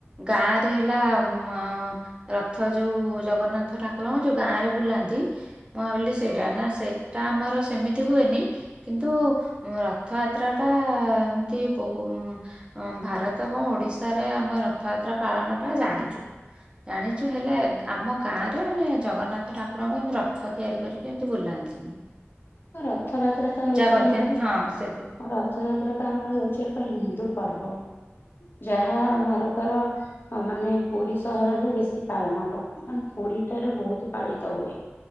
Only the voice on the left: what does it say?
ହ ରଥଯାତ୍ରା ତ ହେଉଚି
ଆମର
ରଥଯାତ୍ରା ତ ଆମର ହେଉଚି ସେ ପା ହିନ୍ଦୁ ପର୍ବ। ଯାହା ଭାରତର ଅ ମାନେ ପୁରୀ ସହରରେ ବେଶୀ ପାଳନ କରନ୍ ମାନେ ପୁରୀଠାରେ ବହୁତ ପାଳିତ ହୁଏ।